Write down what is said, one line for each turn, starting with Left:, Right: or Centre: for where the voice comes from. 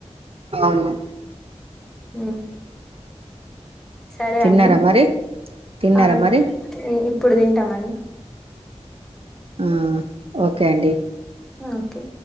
Right: అవును
Centre: హ సరే
Right: తిన్నారా
Centre: అండి
Right: మరి తిన్నారా
Centre: ఆ
Right: మరి
Centre: ఇప్పుడు తింటామండి
Right: ఆ ఓకే అండి
Centre: ఓకే